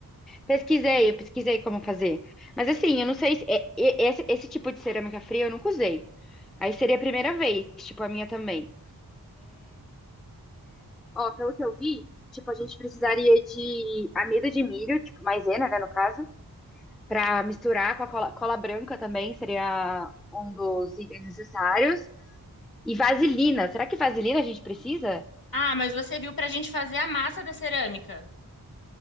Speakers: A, in the centre; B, on the left.
A: Pesquisei, eu pesquisei como fazer. Mas assim, eu não sei se é- é- esse, esse tipo de cerâmica fria eu nunca usei. Aí seria a primeira vez, tipo, a minha também. Ó, pelo que eu vi, tipo, a gente precisaria de amido de milho, tipo, maisena, né, no caso, pra misturar com a cola, cola branca também, seria um dos itens necessários. E vaselina. Será que vaselina a gente precisa?
B: Ah, mas você viu para a gente fazer a massa da cerâmica.